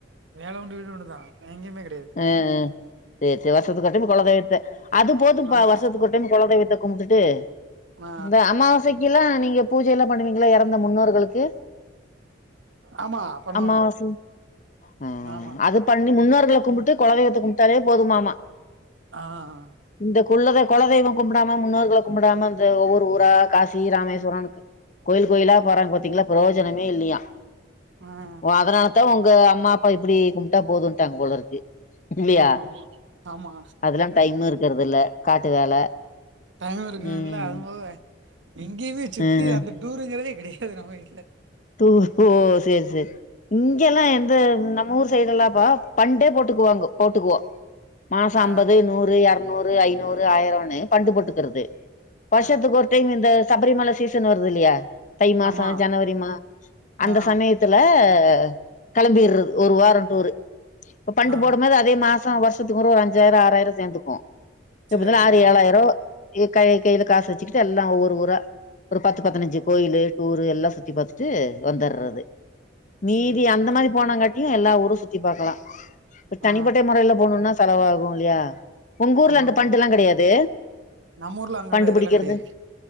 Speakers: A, on the right; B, on the left.
A: வேல உண்டு வீடு உண்டு தா எங்கேயுமே கெடயாது
B: ம் ம் செர் செ வருஷத்துக்கு ஒரு டைம் கொலதெய்வத்த அது போதும்பா
A: ஆமா.
B: வருஷத்துக்கு ஒரு டைம் கொலதெய்வத்த கும்டுட்டு
A: ஆ
B: இந்த அமாவாசைகெல்லா நீங்க பூஜல்லா பண்ணுவீங்களா எறந்த முன்னோர்களுக்கு
A: ஆமா பண்ணுவாங்க.
B: அமாவாசி ம்
A: ஆமா.
B: அது பண்ணி முன்னோர்கள கும்புட்டு கொலதெய்வத்த கும்ட்டாலே போதுமாமா
A: ஆ அ
B: இந்த குள்ளத கொலதெய்வோ கும்டாம முன்னோர்கள கும்முடாம இந்த ஒவ்வொரு ஊரா காசி ராமேஸ்வரோன் கோயில் கோயிலா போறாங் பாத்தீங்ளா ப்ரோஜனமே இல்லியா
A: ஆ ஆமா,
B: ஓ அதனாலதா உங்க அம்மா அப்பா இப்டி கும்ட்டா போதும்ட்டாங்க போலருக்கு இல்லியா
A: ஆமா. ஆமா.
B: அதெல்லா டைம்மு இருக்கறது இல்ல காட்டு வேல
A: டைம்மு இருக்குர்த்ல
B: ம்
A: அது போக எங்கேயுமே சுத்தி
B: ம்
A: அந்த டூருங்கறதே கெடயாது நம்ம வீட்ல
B: டூர் ஓ சேர் சேரி இங்கெல்லா எந்த நம் மூர் சைடுலாம்ப்பா பண்டே போட்டுக்குவாங்க போட்டுக்குவோ மாசோ
A: ஆ
B: அம்பது நூற் று எர்நூறு ஐநூறு ஆயிரனு பண்டு போட்டுக்கிறது வருஷத்துக்கு
A: ஆ
B: ஒருத் டைம் இந்த சபரிமலை சீசன் வருது இல்லியா தை மாசோ
A: ஆமா.
B: ஜனவரி மா அந்த
A: ஆ
B: சமையத்துல ல கெளம்பிர்றது ஒரு வாரோ டூரு இப்ப பண்டு
A: ஆ
B: போடும் மோது அதே மாஸ் சோ வருஷத்துக்கு ஒரு அஞ்சாயிரோ ஆறாயிரோ சேந்துக்குவோ
A: சரி,
B: எப்பதாலு ஆறு
A: சரி.
B: ஏலாயிரோ இ கை கைல காசு வச்சுக்கிட்டு எல்லா ஒவ்வொரு ஊரா ஒரு பத்து பத்துனஞ்சு கோயிலு டூரு எல்லா சுத்தி பாத்துட் ட்டு வந்தறது மீதி
A: சரி,
B: அந்த
A: சரி.
B: மாரி போனாங்காட்டியு எல்லா ஊரும் சுத்தி பாக்கலா இப் தனிப்பட்ட
A: ஆ
B: மொறைல போணுனா செலவாகும் இல்யா உங்கூர்ல
A: ஆமாமா.
B: அந்த பண்டுல்லா கெடயாது
A: நம்ம ஊர்ல அங்கெல்லாம்
B: பண்டு
A: இதெல்லாம்
B: பிடிக்கிறது
A: கிடையாது.